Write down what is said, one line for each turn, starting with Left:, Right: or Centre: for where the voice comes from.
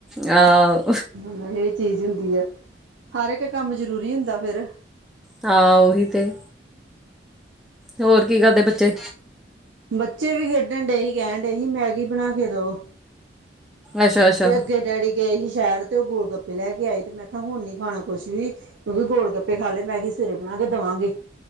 Centre: ਆਹ।
Right: ਹ ਇਹਹੀ ਚੀਜ਼ ਹੁੰਦੀ ਹੈ ਹਰ ਇੱਕ ਕੰਮ ਜਰੂਰੀ ਹੁੰਦਾ ਫੇਰ।
Centre: ਹਾਂ ਉਹੀ ਤੇ, ਹੋਰ ਕੀ ਕਰਦੇ ਬੱਚੇ?
Right: ਬੱਚੇ ਵੀ ਖੇਡਣ ਡਏ ਹੀ, ਕਹਿਣ ਡਏਸੀ, ਮੈਗੀ ਬਣਾ ਕੇ ਦੋ।
Centre: ਅੱਛਾ-ਅੱਛਾ
Right: ਤੇ ਅੱਗੇ ਡੈਡੀ ਗਏ ਸੀ, ਸ਼ਹਿਰ ਤੇ ਉਹ ਗੋਲ ਗੱਪੇ ਲੈ ਕੇ ਆਏ, ਤੇ ਮੈਂ ਕਿਹਾ, ਹੁਣ ਨੀ ਖਾਣਾ ਕੁੱਛ ਵੀ। ਕਿਉਂਕਿ ਗੋਲ ਗੱਪੇ ਖਾ ਲਏ, ਮੈਗੀ ਸਵੇਰੇ ਬਣਾ ਕੇ ਦੇਵਾਂਗੇ।